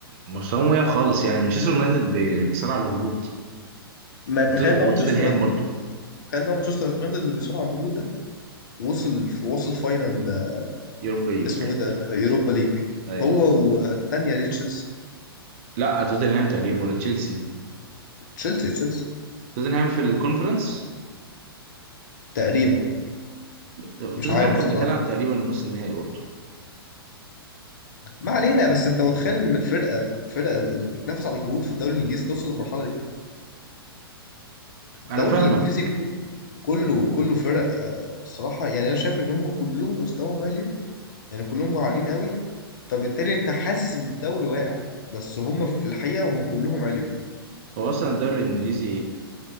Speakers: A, on the right; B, on the left.
A: مستواهم وقع خالص يعني مانشستر يونايتد بي- بيصارع على الهبوط
B: ما تخيل
A: وت- وتوتنهام
B: بقى مانشستر يونايتد
A: برضو
B: تخيل بقى مانشستر يونايتد اللي بيصارع على الهبوط ده وصل وصل فاينل آه،
A: يوروبا ليج
B: اسمه ايه ده اليوروبا ليج
A: ايوه
B: هو والتانية دي تشيلسي
A: لا توتنهام تقريبا ولا تشيلسي
B: تشيلسي تشيلسي
A: توتنهام في الكونفرنس
B: تقريبا
A: توتنهام
B: مش عارف
A: كان
B: الصراحة
A: بتلعب تقريبا نص النهائي برضه
B: ما علينا بس انت متخيل ان فرقة فرقة بتنافس على الهبوط في الدوري الانجليزي توصل للمرحلة دي الدوري
A: انا فاهمك
B: الانجليزي كله كله كله فرق آه، الصراحة يعني انا شايف ان هم كلهم مستواهم عالي يعني كلهم عاليين قوي فبالتالي انت حاسس ان الدوري واقع بس هم في الحقيقة هم كلهم عالي
A: هو اصلا الدوري الانجليزي